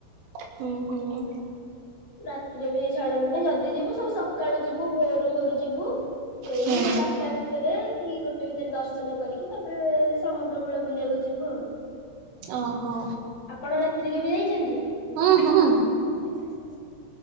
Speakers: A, on the right (about 85°); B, on the left (about 20°).
A: ହୁଁ ହୁଁ।
B: ରାତିରେ ବି ଛାଡ଼ନ୍ତି ନେଇ ଯଦି ଯିବୁ ସବୁ ସକାଳୁ ଯିବୁ ଭୋରୁ ଭୋରୁ ଯିବୁ। ସେଇ
A: ହୁଁ
B: ବାରଟା ଭିତରେ କି ଗୋ ସେଇ ଭିତରେ ଦର୍ଶନ କରିକି ତାପରେ ସମୁଦ୍ର କୂଳ ବୁଲିବାକୁ ଯିବୁ ଆଉ।
A: ଓହୋ
B: ଆପଣ ରାତିରେ କେବେ ଯାଇଚନ୍ତି?
A: ହୁଁ ହୁଁ
B: <unintelligible>